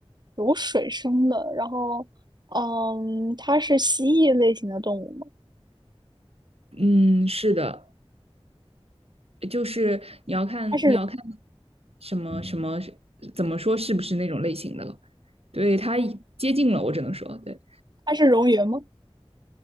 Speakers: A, on the right; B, on the right.
A: 有水生的，然后嗯，它是蜥蜴类型的动物吗？
B: 嗯，是的，就是你要看你要看
A: 它是
B: 什么什么怎么说是不是那种类型的了。对，它接近了，我只能说对。
A: 它是蝾螈吗？